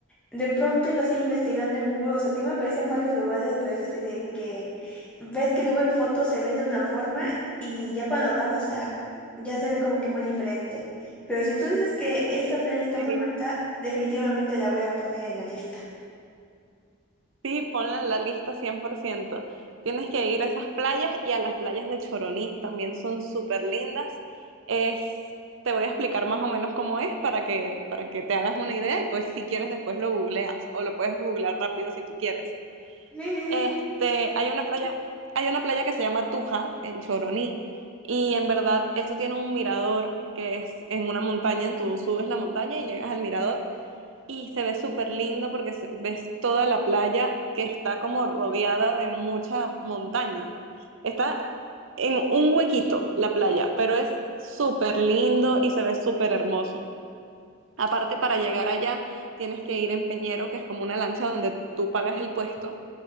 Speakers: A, in the centre; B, on the right.
A: De pronto iba así investigando en Google, o sea, sí me aparece en varios lugares, pero es así de que ves que luego en fotos se ven de una forma y ya cuando vas, o sea, ya se ve como que muy diferente. Pero si tú dices que esa playa está
B: Sí,
A: muy bonita, definitivamente la voy a poner en la lista.
B: sí, ponla en la lista cien por ciento Tienes que ir a esas playas y a las playas de Choroní, también son súper lindas. Es, te voy a explicar más o menos cómo es para que, para que te hagas una idea y pues si quieres después lo googleas o lo puedes googlear rápido si tú quieres.
A: Sí, sí, sí.
B: Este, hay una playa, hay una playa que se llama Tuja en Choroní y en verdad eso tiene un mirador que es en una montaña, tú subes la montaña y llegas al mirador y se ve súper lindo porque se- ves toda la playa que está como rodeada de mucha montaña. Está en un huequito la playa, pero es súper lindo y se ve súper hermoso. Aparte, para llegar allá tienes que ir en Peñero, que es como una lancha donde tú pagas el puesto